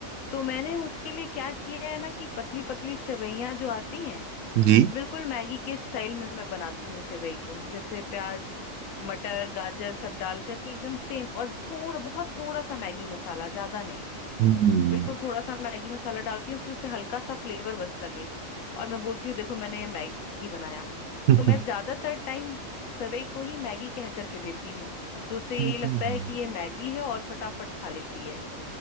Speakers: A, on the left; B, on the right.
A: तो मैंने उसके लिए क्या किया है ना कि पतली पतली सेवइयां जो आती हैं
B: जी
A: बिल्कुल मैगी के स्टाइल में मैं बनाती हूँ सेवई को जैसे प्याज मटर गाजर सब डाल करके एकदम सेम और थोड़ा बहुत थोड़ा सा मैगी मसाला ज्यादा नहीं
B: हम्म
A: बिल्कुल थोड़ा सा मैगी मसाला डालती हूँ कि उससे हल्का सा फ्लेवर बस लगे और मैं बोलती हूँ देखो मैंने ये मैगी बनाया
B: <laughs>
A: तो मैं ज्यादातर टाइम सेवई को ही मैगी कह करके देती हूँ तो उससे
B: हम्म।
A: यही लगता है कि ये मैगी है और फटाफट खा लेती है